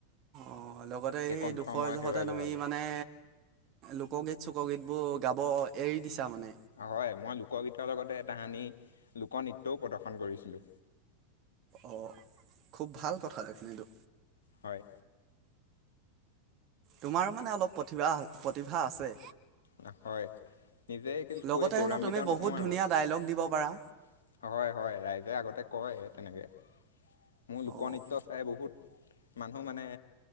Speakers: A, on the right; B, on the left.
A: অ', লগতে সেই
B: কণ্ঠ
A: দুখৰ
B: মই
A: জহতে
B: হেৰুৱাই
A: তুমি
B: পেলালোঁ
A: মানে লোকগীত চক গীত বোৰ গাব এৰি দিছা মানে।
B: হয় মই লোকগীতৰ লগতে তাহানি লোকনৃত্যও প্ৰদৰ্শন কৰিছিলো।
A: অ', খুব ভাল কথা দেখোন এইতো
B: হয়
A: তোমাৰো মানে অলপ প্ৰতিভা প্ৰতিভা আছে।
B: নহয় নিজে
A: লগতে
B: কৈ গৌৰাান্বিত
A: হেনো তুমি
B: নহওঁ
A: বহুত
B: আৰু।
A: ধুনীয়া
B: হয়
A: ডায়লগ দিব পাৰা
B: হয় ৰাইজে আগতে কয় তেনেকৈ মোৰ লোকনৃত্য
A: অ'
B: চাই বহুত মানুহ মানে